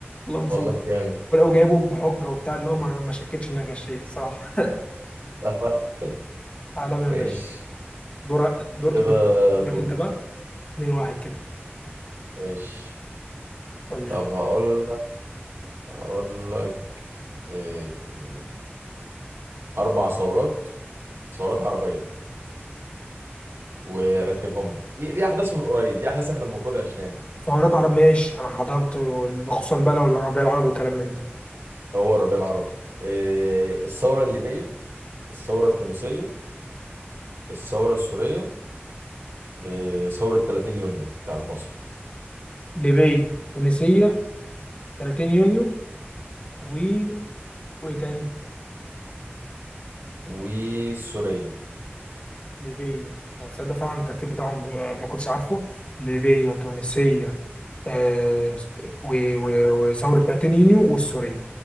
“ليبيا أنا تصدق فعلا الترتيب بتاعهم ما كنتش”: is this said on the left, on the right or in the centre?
Left